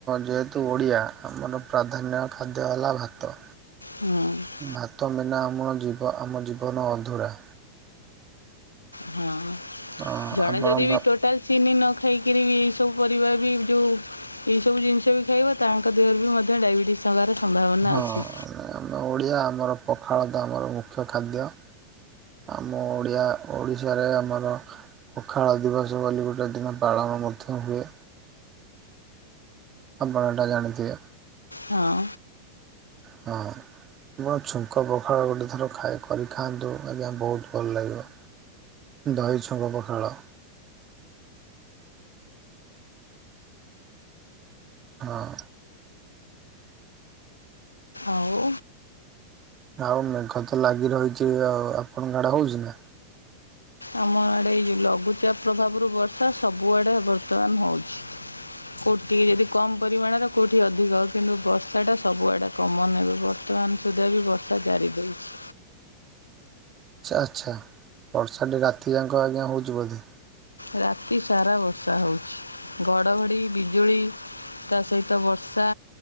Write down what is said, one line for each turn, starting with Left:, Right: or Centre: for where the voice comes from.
Right: ଯେହେତୁ ଓଡ଼ିଆ ଆମର ପ୍ରାଧାନ୍ୟ ଖାଦ୍ୟ ହେଲା ଭାତ।
Left: ହୁଁ।
Right: ଭାତ ମିନା ଆମ ଜିବ ଆମ ଜୀବନ ଅଧୁରା।
Left: ହଁ
Right: ହଁ
Left: ଜଣେ
Right: ଆପଣ
Left: ଯଦି
Right: ଭା
Left: ବି ଟୋଟାଲ ଚିନି ନ ଖାଇକିରି ବି ସବୁ ପରିବା ବି ଯୋଉ ଏଇସବୁ ଜିନିଷ ବି ଖାଇବ ତାଙ୍କ ଦେହରେ ବି ମଧ୍ୟ ଡାଇବେଟିସ୍ ହେବାର ସମ୍ଭାବନା
Right: ହଁ
Left: ଅଛି।
Right: ଆମେ ଓଡ଼ିଆ ଆମର ପଖାଳ ତ ଆମର ମୁଖ୍ୟ ଖାଦ୍ୟ। ଆମ ଓଡ଼ିଆ ଓଡ଼ିଶାରେ ଆମର ପଖାଳ ଦିବସ ବୋଲି ଗୋଟେ ଦିନ ପାଳନ ମଧ୍ୟ ହୁଏ। ଆପଣଏଟା ଜାଣିଥିବେ।
Left: ହଁ।
Right: ହଁ। ଛୁଙ୍କ ପଖାଳ ଗୋଟେ ଥର ଖାଏ କରି ଖାଆନ୍ତୁ ଆଜ୍ଞା ବହୁତ ଭଲ ଲାଗିବ। ଦହି ଛୁଙ୍କ ପଖାଳ। ହଁ।
Left: ଆଉ
Right: ଆଉ ମେଘ ତ ଲାଗି ରହିଛି ଆଉ ଆପଣଙ୍କ ଆଡେ ହଉଛି ନା?
Left: ଆମ ଆଡ଼େ ଏଇ ଲଘୁଚାପ ପ୍ରଭାବରୁ ବର୍ଷା ସବୁଆଡ଼େ ବର୍ତ୍ତମାନ ହଉଛି। କୋଉଠି ଟିକେ ଯଦି କମ ପରିମାଣରେ କୋଉଠି ଅଧିକ କିନ୍ତୁ ବର୍ଷା ଟା ସବୁଆଡେ କମ ନେବେ ବର୍ତ୍ତମାନ ସୁଦ୍ଧା ବି ବର୍ଷା ଜାରି ରହିଛି।
Right: ଆଛା ଆଚ୍ଛା ବର୍ଷାଠେ ରାତି ଯା କଁ ଆଜ୍ଞା ହେଉଛି ବୋଧେ?
Left: ରାତି ସାରା ବର୍ଷା ହଉଛି ଘଡ଼ଘଡ଼ି ବିଜୁଳି ତା ସହିତ ବର୍ଷା।